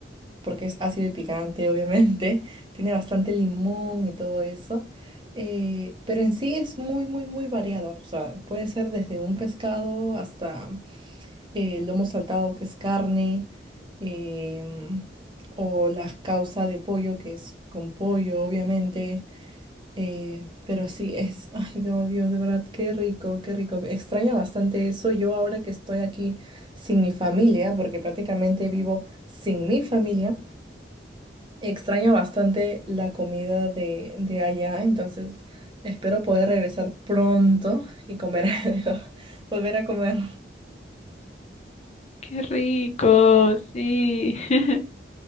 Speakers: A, on the right; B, on the left.
A: porque es ácido y picante, obviamente, <laughs> tiene bastante limón y todo eso, eh, pero en sí es muy, muy, muy variada, o sea, puede ser desde un pescado hasta eh, lomo saltado, que es carne, em, o la causa de pollo, que es con pollo, obviamente eh, pero sí, es, <laughs> ay, no, Dios, de verdad, qué rico, qué rico. Extraño bastante eso yo ahora que estoy aquí sin mi familia, porque prácticamente vivo sin mi familia. Extraño bastante la comida de, de allá, entonces espero poder regresar pronto y comer <laughs> algo, volver a comer.
B: Qué rico, sí. <laughs>